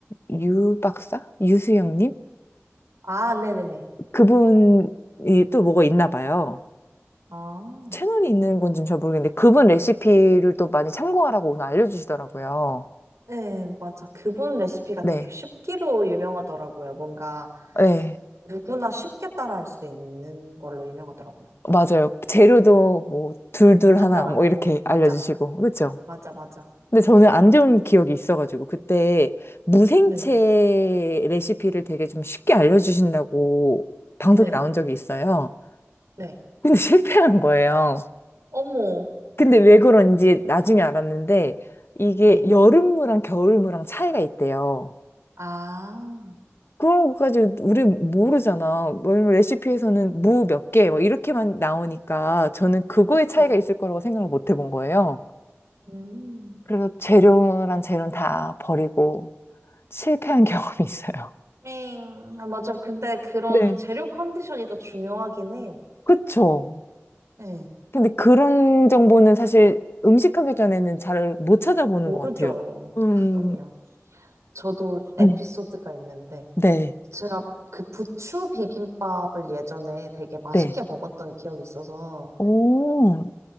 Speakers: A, on the left; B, on the right.
A: 유 박사? 유수영님?
B: 아, 네네네.
A: 그분이 또 뭐가 있나 봐요.
B: 아,
A: 채널이 있는 건지는 잘 모르겠는데, 그분 레시피를 또 많이 참고하라고 오늘 알려주시더라고요.
B: 네, 맞아. 그분 레시피가
A: 네.
B: 되게 쉽기로 유명하더라고요. 뭔가
A: 네.
B: 누구나 쉽게 따라할 수 있는 걸로 유명하더라고요.
A: 맞아요. 재료도 뭐, 둘둘
B: 간단하고.
A: 하나, 뭐, 이렇게
B: 맞아.
A: 알려주시고. 그쵸?
B: 맞아, 맞아.
A: 근데 저는 안 좋은 기억이 있어가지고 그때 무생채
B: 네,
A: 레시피를 되게 좀 쉽게 알려주신다고 방송에
B: 네.
A: 나온 적이 있어요.
B: 네.
A: 근데 <laughs> 실패한 거예요.
B: 어머,
A: 근데 왜 그런지 나중에 알았는데 이게
B: 네.
A: 여름무랑 겨울무랑 차이가 있대요.
B: 아,
A: 그런 것까지 우리 모르잖아. 왜냐면 레시피에서는 무 몇 개, 뭐 이렇게만 나오니까 저는 그거의
B: 그쵸.
A: 차이가 있을 거라고 생각을 못 해본 거예요.
B: 음,
A: 그래서 재료란 재료는 다 버리고 실패한 <laughs> 경험이 있어요.
B: 밍. 아, 맞아. 근데 그런
A: 네.
B: 재료 컨디션이 더 중요하긴 해요.
A: 그쵸.
B: 네.
A: 근데 그런 정보는 사실 음식하기 전에는 잘 못 찾아보는
B: 모르죠.
A: 것 같아요. 음,
B: 그럼요. 저도 에피소드가
A: 음,
B: 있는데.
A: 네,
B: 제가 그 부추 비빔밥을 예전에 되게 맛있게
A: 네.
B: 먹었던 기억이 있어서
A: 오,